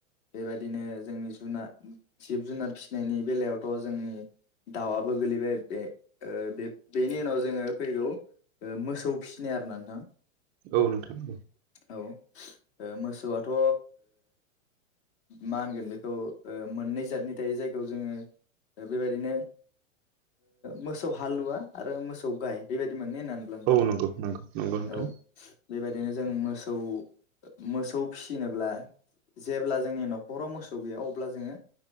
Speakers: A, on the left; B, on the right.
A: बेबादिनो जोंनि जुनाद जिब जुनार फिसिनायनि बेलायावथ' जोंनि दाउआबो गोलैबाय बे बे बेनि उनाव जोङो फैगौ मोसौ फिसिनाय आरो नोंथां
B: औ नोंथां औ
A: औ मोसौआथ' मा होनगोन बेखौ मोननै जादनि थायो जायखौ जोङो बेबायदिनो मोसौ हालुवा आरो मोसौ गाय बेबायदि मोनन होननानै ल नोंथां
B: औ नंगौ नंगौ नंगौ नोंथां
A: औ बेबायदिनो जों मोसौ मोसौ फिसिनोब्ला जेब्ला जोंनि न'खराव मोसौ गैया अब्ला जोङो